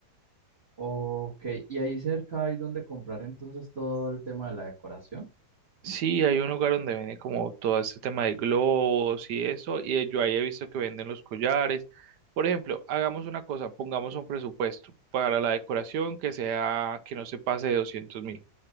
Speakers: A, on the right; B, on the right.
A: Ok, y ahí cerca hay donde comprar entonces todo el tema de la decoración.
B: Sí, hay un lugar donde venden como todo este tema de globos y eso, y eh, yo ahí he visto que venden los collares. Por ejemplo, hagamos una cosa, pongamos un presupuesto para la decoración que sea, que no se pase de doscientos mil.